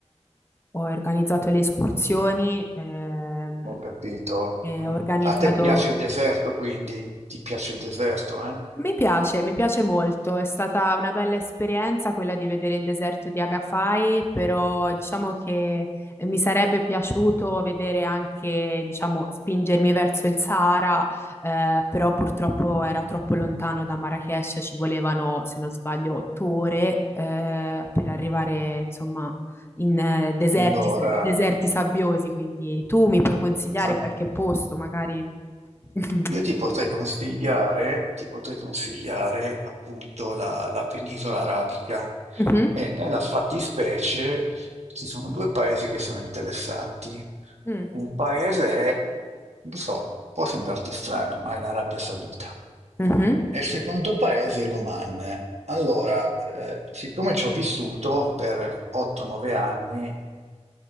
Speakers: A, on the left; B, on the right.
A: ho organizzato le escursioni, ehm,
B: Ho capito.
A: e ho Bello.
B: Mm.
A: organizzato,
B: A te piace il deserto, quindi? Ti piace il deserto, eh?
A: Mi piace, mi piace molto, è stata una bella esperienza quella di vedere il deserto di Agafai, però diciamo che mi sarebbe piaciuto vedere anche, diciamo, spingermi verso il Sahara, eh, però purtroppo era troppo lontano da Marrakech, ci volevano, se non sbaglio, otto ore, eh, per arrivare, insomma, in eh, deserti,
B: Allora,
A: deserti sabbiosi, quindi tu mi puoi consigliare
B: al-
A: qualche posto, magari... <laughs>
B: Io ti potrei consigliare, ti potrei consigliare appunto la, la penisola arabica
A: Mhm.
B: e nella fattispecie ci sono due paesi che sono interessanti.
A: Mm.
B: Un paese è, lo so, può sembrarti strano, ma è l'Arabia Saudita.
A: Mhm.
B: E il secondo paese è l'Oman. Allora, eh, siccome ci ho vissuto per 8-9 anni,